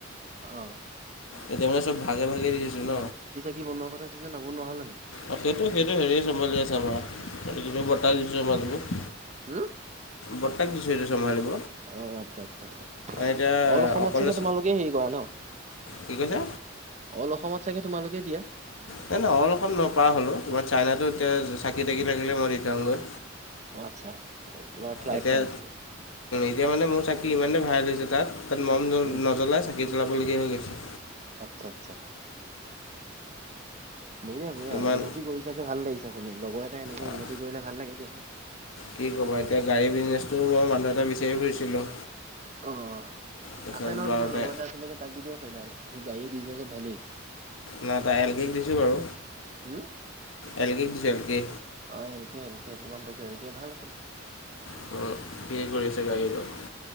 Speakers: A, on the right; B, on the left.
A: অ
B: এতিয়া মানে চব ভাগে ভাগে দিছোঁ ন।
A: কি বনোৱা কথা আছিলে যে নবনোৱা হ'ল নেকি?
B: অ সেইটো সেইটো হেৰি চম্ভালি আছে আমাৰ বৰতাক দিছোঁ চম্ভালিব।
A: হম!
B: বৰ্তাক দিছো সেইটো চম্ভালিব।
A: অ আচ্ছা আচ্ছা আচ্ছা
B: এতিয়া
A: অল অসমত
B: অকলে
A: চাগে তোমালোকে হেৰি কৰা ন।
B: কি কৈছা
A: অল অসমত চাগে তোমালোকেই দিয়া।
B: নাই নাই অল অসম নহয় পৰ হ'লো তোমাৰ চাইনাতো এতিয়া চাকি তাকি লাগিলে মই দি থৈ আহোঁ গৈ।
A: আচ্ছা। তোমাৰ ফ্লাইট
B: এতিয়া
A: কত থাকে?
B: এতিয়া মানে মোৰ চাকি ইমানেই ভাইৰেল হৈছে তাত তাত মম
A: উম
B: নজ্বলাই চাগে। চাকি জলাবলগীয়া হৈ গৈছে।
A: আচ্ছা আচ্ছা বঢ়িয়া বঢ়িয়া
B: ইমান
A: উন্নতি কৰিছা যে ভাল লাগিছে। শুনি লগৰ এটা এনেকে
B: আহ,
A: উন্নতি কৰিলে ভাল লাগে দিয়াচোন।
B: কি কব এতিয়া গাড়ী বিজনেছটো মই মানুহ এটা বিচাৰি ফুৰিছিলোঁ।
A: অ আছে
B: তাৰপিছত
A: নহয়
B: বাৰতে
A: তোমাৰ লগৰ এটা আছিলে তাক দি দিব পাৰিলা হয় সি গাড়ীৰ বিজনেছত ভালেই।
B: নাই টা এল কেক দিছো বাৰু।
A: উম।
B: এলগে দিছোঁ এল গে।
A: অ এল কে এল কে সেইটো গম পাইছো এল কে ভাল আছিলে।
B: অ সি কৰি আছে গাড়ীখনত।